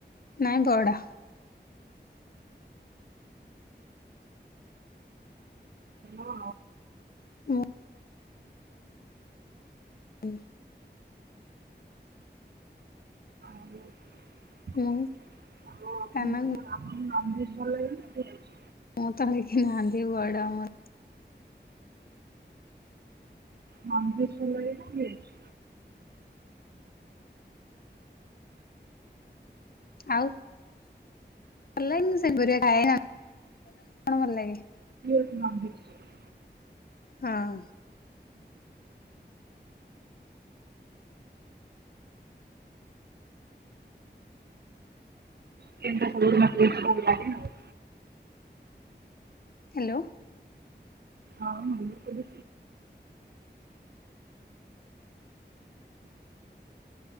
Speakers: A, on the left; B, on the right.
A: ନାଇଁ ବଡ଼।
B: ଆଉ
A: ମୁଁ ହୁଁ।
B: <unintelligible>
A: ହଁ
B: ଆପଣଙ୍କର
A: ଖାନାକୁ।
B: ଆପଣଙ୍କୁ ନଭଭେଜ ଭଲ ଲାଗ ନା ଭେଜ।
A: ମୁଁ ତଳେ କେହି ନାହାନ୍ତି ବଡ଼ ମୁଁ।
B: ନନଭେଜ ଭଲ ଲାଗେ ନା ବେଜ।
A: ଆଉ। ଭଲ ଲାଗେନି ସେପରିକା ଖାଇବା କିନ୍ତୁ ଭଲ ଲାଗେ।
B: ନନଭେଜ।
A: ହଁ।
B: କେମିତିଆ କଣ <unintelligible>
A: ହାଲୋ।
B: ଆଉ ଆମର ସବୁ